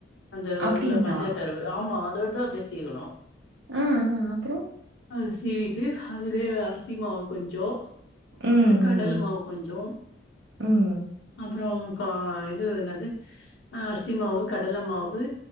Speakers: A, on the left (about 75°); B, on the right (about 70°).
A: அந்த
B: அப்படிங்களா?
A: உள்ள மஞ்ச கருவு ஆமா அதோட தா அப்டியே சீவணு
B: ஆ அப்றோ
A: அத சீவிட்டு அதுலயே அரிசி மாவு கொஞ்சோ
B: ம்,
A: அப்ற கடல
B: ம்.
A: மாவு கொஞ்சோ
B: ம்.
A: அப்ற கா இது என்னது அரிசி மாவு கடல மாவு